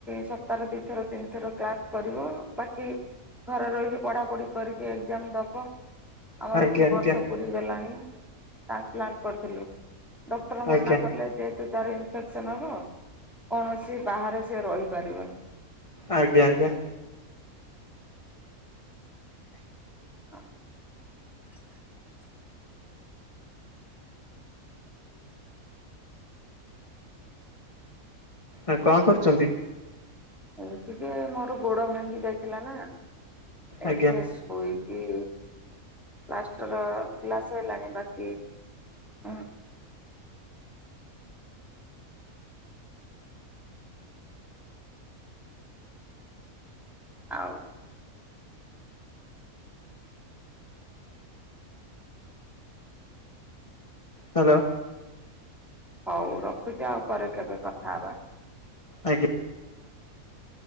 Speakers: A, in the centre; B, on the left.
A: ସପ୍ତାହର ଦିଥର ତିନି ଥର କାକ୍ କରିବ। ବାକି ଘରେ ରହିକି ପଢାପଢି କରିକି ଏକ୍ଜାମ ଦବ ଆମର
B: ଆଜ୍ଞା
A: ଦି ବର୍ଷ ପୁ ପୁରିଗଲାନି ହାର୍ଟ ପ୍ଲାଣ୍ଟ କରିଥିଲୁ ଡକ୍ଟର
B: ଆଜ୍ଞା
A: ମନାକଲେ ଯେହେତୁ ତାର ଇନଫେକ୍ସନ ହବ କୌଣସି ବାହାରେ ସେ ରହିପାରିବନି।
B: ଆଜ୍ଞା ଆଜ୍ଞା।
A: <inaudible>
B: ଆ କଣ କରୁଛନ୍ତି?
A: ଏଇ ଟିକେ ମୋର ଗୋଡ ଭାଙ୍ଗି ଯାଇଥିଲା ନା ଏ
B: ଆଜ୍ଞା
A: ଟିକେ ଶୁ ହୋଇକି ପ୍ଲାଷ୍ଟର ଖୁଲା ସଇଲାଣି ବାକି ହଁ। ଆଉ।
B: ହ୍ୟାଲୋ।
A: ହଉ ରଖୁଛି ଆଉ ପରେ କେବେ କଥା ହବା।
B: ଆଜ୍ଞା